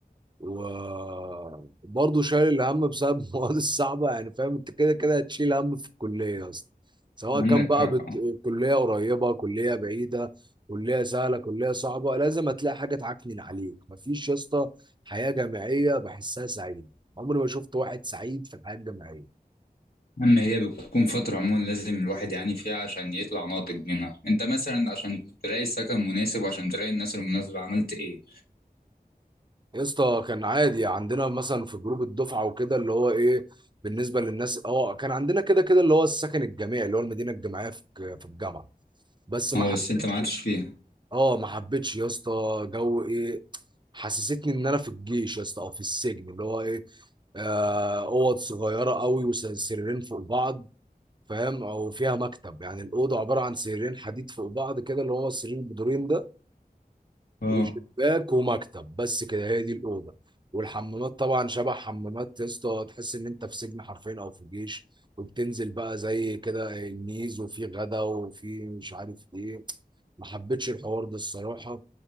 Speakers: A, on the right; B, on the left.
A: وبرضه شايل الهم بسبب <laughs> المواد الصعبه يعني فاهم انت كده كده هتشيل هم في الكليه يا اسطى سواء
B: عندك
A: كان بقى
B: حق
A: بت... كليه قريبه كليه بعيده كليه سهله كليه صعبه لازم هتلاقي حاجه تعكنن عليك مفيش يا اسطى حياه جامعيه بحسها سعيده عمري ما شفت واحد سعيد في الحياه الجامعيه
B: أما هي بتكون فترة عموما لازم الواحد يعاني فيها عشان يطلع ناضج منها انت مثلا عشان تلاقي سكن مناسب وعشان تلاقي الناس المناسبة عملت ايه
A: يا اسطى كان عادي عندنا مثلا في جروب الدفعه وكده اللي هو ايه بالنسبه للناس اه كان عندنا كده كده اللي هو السكن الجامعي اللي هو المدينه الجامعيه في في الجامعه بس ما
B: اه
A: حبيتش
B: بس انت ما عادش فيها
A: اه ما حبيتش يا اسطى جو ايه حسستني ان انا في الجيش يا اسطى او في السجن اللي هو ايه آه، اوض صغيره قوي وسريرين فوق بعض فاهم او فيها مكتب يعني الاوضه عباره عن سريرين حديد فوق بعض كده اللي هو السرير البدورين ده
B: اه
A: وشباك ومكتب بس كده هي دي الاوضه والحمامات طبعا شبه حمامات يا اسطى تحس ان انت في سجن حرفيا او في الجيش وبتنزل بقى زي كده الميز وفي غدا وفي مش عارف ايه ما حبيتش الحوار ده الصراحه